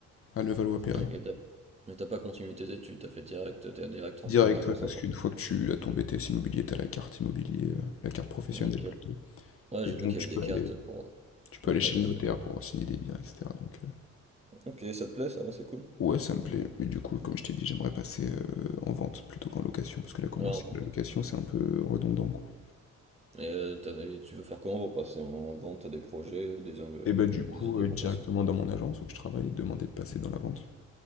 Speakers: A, on the left (about 45°); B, on the right (about 20°).
A: à Levallois-Perret.
B: Ok, t'as, mais t'as pas continué tes études, t'as fait direct, t'es direct rentré
A: Direct,
B: en agence
A: ouais, parce
B: après.
A: qu'une fois que tu as ton BTS immobilier, t'as la carte immobilier, euh, la carte professionnelle
B: Ok.
A: plutôt.
B: Ouais,
A: Et
B: j'ai
A: donc
B: vu qu'il
A: tu
B: y avait des
A: peux
B: cartes
A: aller
B: pour.
A: Tu peux
B: Ok,
A: aller chez
B: bah
A: le
B: c'est.
A: notaire pour signer des biens, etc. Donc, euh,
B: Ok, ça te plaît, ça va, c'est cool.
A: ouais, ça me plaît. Mais du coup, comme je t'ai dit, j'aimerais passer euh, en vente plutôt qu'en location. Parce que là, comment
B: Ouais, on
A: c'est-
B: va.
A: la location, c'est un peu redondant, quoi.
B: Et euh, t'as- et tu veux faire comment pour passer en vente? T'as des projets, des, euh,
A: Et bah, du coup,
B: des idées
A: euh,
B: pour
A: directement
B: passer?
A: dans mon agence où je travaille, demander de passer dans la vente.